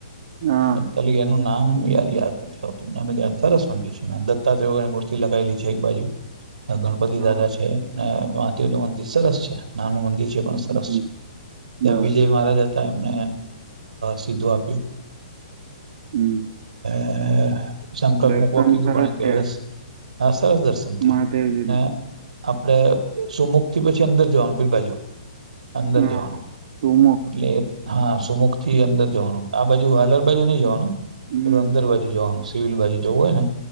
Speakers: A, on the right (about 55°); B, on the right (about 80°).
A: હા
B: <unintelligible> નામ યાર યાદ નથી. આવતુંમ સરસ મંદિર છે. દત્તાત્રેય ની મૂર્તિ લગાવેલી છે એક બાજુ. ગણપતિ દાદા
A: હા
B: છે. અને મહાદેવ નું મંદિર સરસ છે. નાનું મંદિર છે. પણ સરસ
A: હમ
B: છે. ત્યાં
A: બ
B: વિજય મહારાજ હતા. તમને સીધું આપ્યું.
A: હમ!
B: અ સંકલ્પ
A: દર્શન
B: મૂકવા કીધું
A: સરસ
B: પણ કે
A: થયા
B: હ. હા. સરસ દર્શન થયા.
A: મહાદેવજીને
B: આપડે સુમુખ થી પછી અંદર જવાનું બીલ બાજુ. અંદર
A: હા
B: જવાનું
A: સુમુખ
B: એટલે. હા, સુમુખ થી અંદર જવાનું. આ બાજુ હાલર બાજુ નઈ જવાનું,
A: હમ
B: પેલું અંદર બાજુ જવાનું છે. સલ બાજુ જવું હોય ને,